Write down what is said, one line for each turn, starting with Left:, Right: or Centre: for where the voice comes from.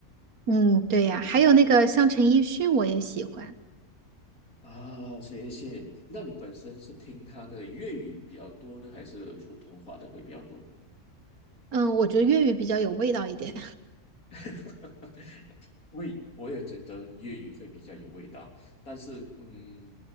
Right: 嗯，对呀，还有那个像陈奕迅，我也喜欢。
Left: 啊，陈奕迅，那你本身是听他的粤语比较多呢，还是普通话的会比较多？
Right: 嗯，我觉得粤语比较有味道一点。
Left: <laughs> 味，我也觉得粤语会比较有味道，但是，嗯，